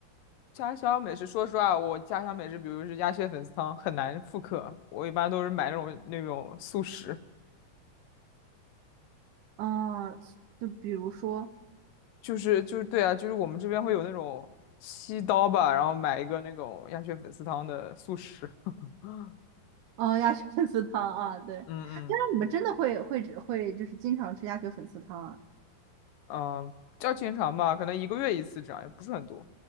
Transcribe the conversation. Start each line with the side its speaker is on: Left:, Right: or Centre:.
Left: 家乡美食，说实话，我家乡美食，比如是鸭血粉丝汤，很难复刻。我一般都是买那种那种速食，
Right: 啊，就比如说
Left: 就是就是对啊，就是我们这边会有那种七刀吧，然后买一个那种鸭血粉丝汤的速食。<laughs> 嗯
Right: 哦，鸭血粉丝汤啊，对。哎，
Left: 嗯
Right: 那你们真的会会会就是经常吃鸭血粉丝汤啊？
Left: 嗯，叫经常吧，可能一个月一次这样，也不是很多。